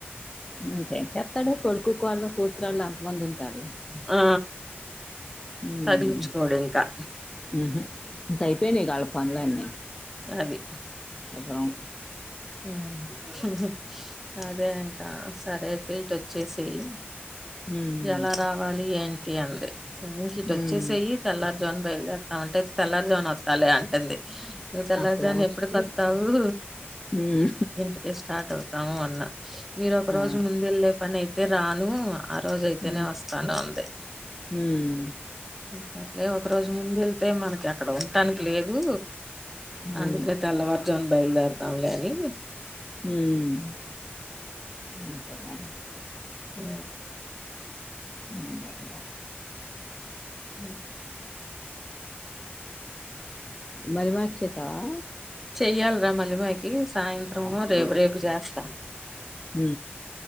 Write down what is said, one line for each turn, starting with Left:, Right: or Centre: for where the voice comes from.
Left: ఇంకేం చెత్తాడు కొడుకు కోడళ్ళు కూతురు ఆళ్ళు అంతమంది ఉంటారు
Centre: ఆ
Left: ఉమ్
Centre: తగిలించుకోడు ఇంకా
Left: హూమ్ ఇంకా అయిపోయినై గా వాళ్ళ పనులన్నీ
Centre: అది
Left: శుభం
Centre: ఉమ్ హూమ్ అదే ఇంకా సరే అయితే ఇటు వచ్చేసేయ్
Left: హ్మ్.
Centre: ఎలా రావాలి ఏంటి అంది సరే ఇంక ఇటు
Left: హ్మ్.
Centre: వచ్చేసేయి తెల్లారు జామున బయల్దేరాతాము అంటే తెల్లారు జామున వత్తలే అంటంది నువ్వు తెల్లారు
Left: అప్పుడేమొచ్చిద్ది?
Centre: జామున ఎప్పుడికి వస్తావు
Left: హ్మ్.
Centre: రేపు స్టార్ట్ అవుతాము అన్న మీరు ఒక
Left: ఆ!
Centre: రోజు ముందు వెళ్ళే పని అయితే రాను ఆ రోజయితేనే
Left: హ్మ్.
Centre: వస్తాను అంది
Left: హ్మ్.
Centre: సర్లే ఒక రోజు ముందు వెళ్తే మనకి అక్కడ ఉంటానికి లేదు
Left: అవును.
Centre: అందుకేనే తెల్లవారు జాము బయలుదేరదాంలే అని
Left: హమ్
Centre: ఆ
Left: ముందు వెళ్తా
Centre: హమ్
Left: మళ్ళీ మార్చేసావా
Centre: చెయ్యాల్రా మల్లిమాయకి సాయంత్రమో రేపు రేపు చేస్తా
Left: మ్